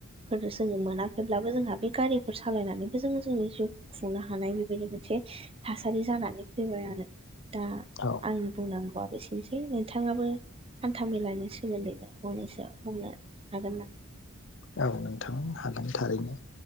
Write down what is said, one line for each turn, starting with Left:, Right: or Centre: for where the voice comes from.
Right: फोरनो जोङो मोनाखैब्लाबो जोंहा बे गारिफोर सालायनानैबो जोङो जोंनि जिउ खुंनो हानाय बेबायदि मोनसे थासारि जानानै फैबाय आरो दा
Left: औ
Right: आंनि बुंनांगौआ बेसेनोसै नोंथाङाबो हान्था मेलानि सोमोन्दैनो फंनैसो बुंनो हागोन नामा?
Left: औ नोंथां हागोन थारैनो